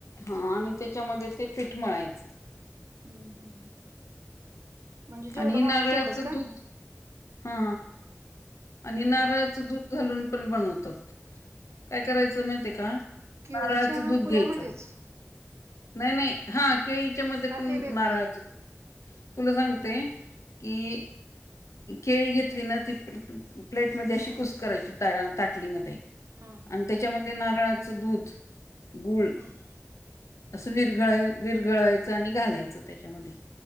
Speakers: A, on the left (about 85°); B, on the right (about 70°).
A: हा आणि त्याच्यामध्ये ते पिठ मळ आहेत. अ्
B: हम्म हम्म म्हणजे जेवढं
A: आणि
B: मळेल
A: नारळाचं
B: तेवढंच का
A: दूध हा
B: हम्म
A: आणि नारळाचं दूध घालून पण बनवतात.
B: ह
A: काय करायचं माहितेय का
B: केळीच्या
A: नारळाचं दूध
B: पुऱ्यामध्येच
A: घ्यायचं. नाही नाही हा केळीच्या मध्ये
B: का
A: पण
B: ते वेगळ्या
A: नारळाच तुला सांगते. की, केळी घेतली ना ती प्लेट मध्ये अशी कूस्करायची ताटलीमध्ये
B: हम्म
A: आणि त्याच्यामध्ये नारळाचं दूध, गूळ,
B: हम्म
A: असं विरघळ विरघळावायचं आणि घालायचं त्याच्यामध्ये